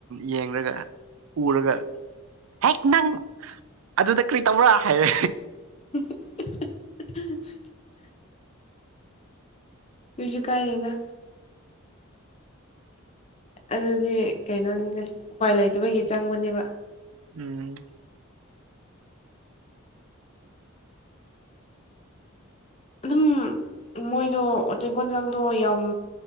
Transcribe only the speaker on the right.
ꯌꯦꯡꯂꯡꯒ ꯎꯔꯒ ꯍꯦꯛ ꯅꯪ ꯑꯗꯨꯗ ꯀꯔꯤ ꯇꯧꯕꯔ꯭ꯔꯥ ꯍꯥꯏꯌꯦ
<inaudible>
ꯎꯝ <inaudible>